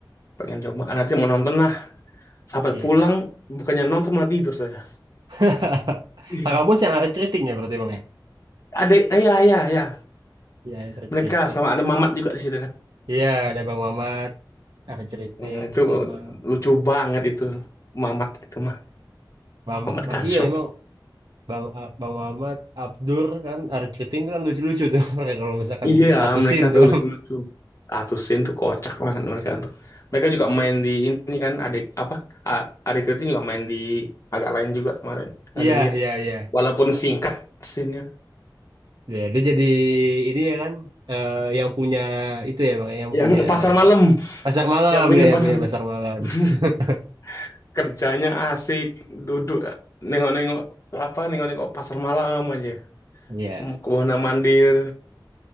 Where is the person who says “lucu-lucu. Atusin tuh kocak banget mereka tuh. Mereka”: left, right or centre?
Left